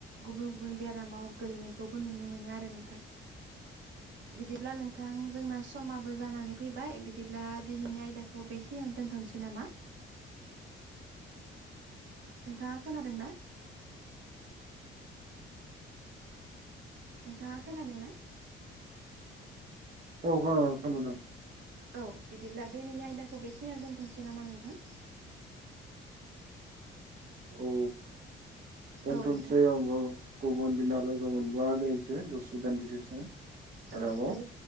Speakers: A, on the right; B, on the right.
A: गुबुन गुबुन बेरामाव गोलैनायखौबो नुनो मोनो आरो नोंथां बिदिब्ला नोंथां जोंना समाबो जानानै फैबाय बिदिब्ला दिनैनि आयदाखौ बेखि खि आं दोनथ'नोसै नामा। नोंथाङा खोनादों ना। नोंथाङा खोनादोंना
B: औ खोनादों खोनादों
A: औ बिदिब्ला दैनैनि आयदाखौ बेखिनिया दोनथ'सै नोसै नामा नोंथां
B: औ दोनथनसै
A: औ नोंथां
B: गुबुन दिना लोगो मोनबा जायैसो दसे दान्दिसे सम
A: औ
B: आरोबाव
A: गोजोन